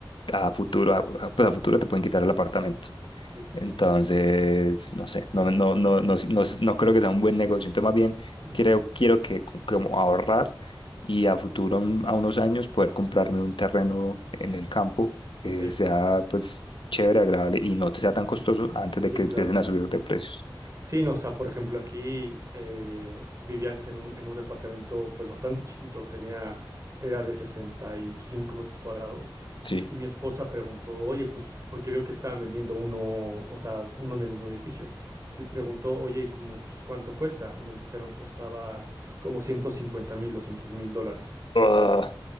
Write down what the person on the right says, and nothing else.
Sí, sí,
sí.
Mm.
sí,
sí,
claro.
Sí, no, o sea, por ejemplo, aquí eh, vivía antes en un, en un departamento pues bastante chiquito, tenía, era de 65 metros cuadrados,
y mi esposa preguntó, oye, pues, porque vio que estaban vendiendo uno, o sea, uno en el mismo edificio, y preguntó, oye, ¿y como, pues, cuánto cuesta? Y nos dijeron, costaba como ciento cincuenta mil, doscientos mil dólares.